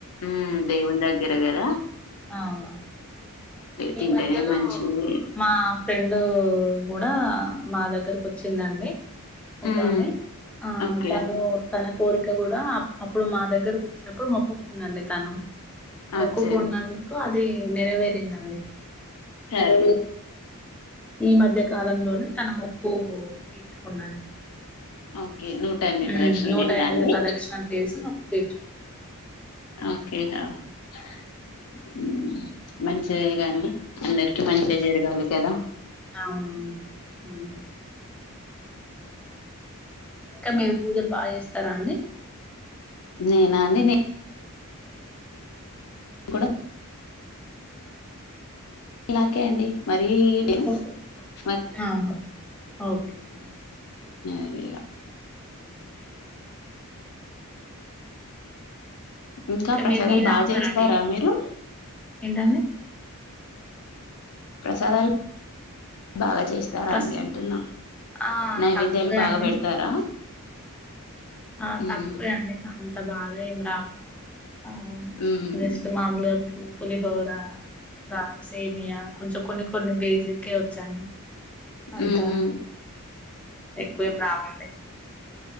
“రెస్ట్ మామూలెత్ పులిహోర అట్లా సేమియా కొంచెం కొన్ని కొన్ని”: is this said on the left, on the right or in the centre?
Centre